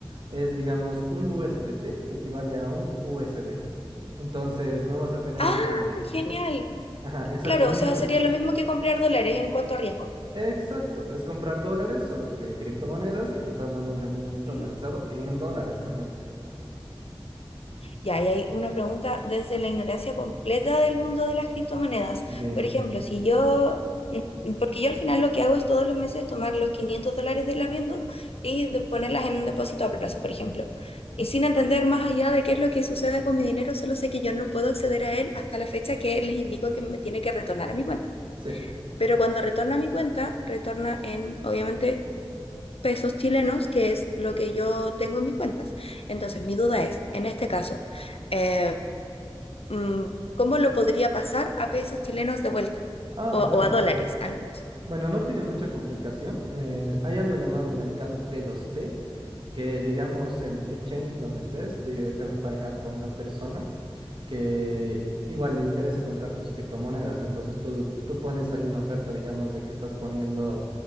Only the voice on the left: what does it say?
Ah,
genial.
Claro,
o sea,
sería lo mismo que comprar dólares en cuanto a riesgo.
Ujú.
Ya, y hay una pregunta desde la ignorancia completa del mundo de las criptomonedas.
Por ejemplo, si yo, mm, porque yo al final lo que hago es todos los meses tomar los 500 dólares del arriendo y de- ponerlas en un depósito a plazo, por ejemplo. Y sin entender más allá de qué es lo que sucede con mi dinero, solo sé que yo no puedo acceder a él hasta la fecha que les indico que me tiene que retornar a mi cuenta.
Pero cuando retorna a mi cuenta, retorna en, obviamente, pesos chilenos, que es lo que yo tengo en mis cuentas. Entonces, mi duda es, en este caso, eh, mm, ¿cómo lo podría pasar a pesos chilenos de vuelta?
O,
o a dólares, al menos.